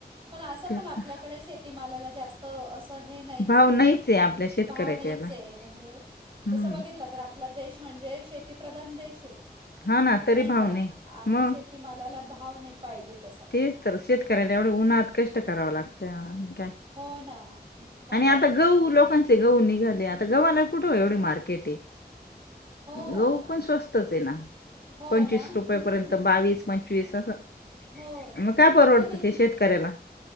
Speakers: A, on the right; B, on the left.
A: पण असं
B: तेच
A: पण आपल्याकडे
B: ना
A: शेती मालाला जास्त असं हे नाहीचय
B: भाव
A: म्हणजे
B: नाहीच आहे आपल्या शेतकऱ्याच्या
A: भाव नाहीचय
B: याला
A: म्हणजे
B: हम्म
A: तसं बघितलं तर आपला देश म्हणजे शेती प्रधान देश आहे.
B: हा ना तरी
A: नाही
B: भाव
A: का? आणि
B: मग
A: शेत शेती मलाला भाव नाही पाहिजेत
B: तेच तर शेतकऱ्याला एवढं उन्हात कष्ट करावं लागतं काय
A: हो ना खरं
B: आणि
A: आहे.
B: आता गहू
A: हो.
B: लोकांचे गहू निघाले आता गव्हाला कुठे एवढे मार्केट आहे.
A: हो.
B: गहू पण स्वस्तच आहे ना
A: हो
B: पंचवीस
A: ना.
B: रुपय
A: हं.
B: पर्यंत बावीस पंचवीस असा
A: हो.
B: मग काय परवडतं
A: नाही, नाही.
B: त्या शेतकऱ्यांला